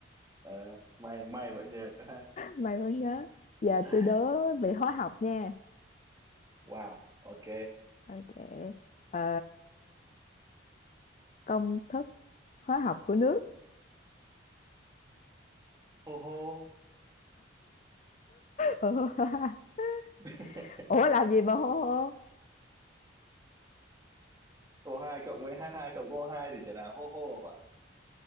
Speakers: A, on the right; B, on the left.
A: Ờ, may may vẫn nhớ ha
B: may vẫn nhớ giờ
A: À,
B: tôi đố vị hóa học nha
A: wow ok
B: Ok. Ờ, công thức hóa học của nước.
A: hô hô
B: <laughs>
A: <laughs>
B: Ủa làm gì mà hô hô?
A: o hai cộng với h hai cộng o hai thì trở là hô hô ạ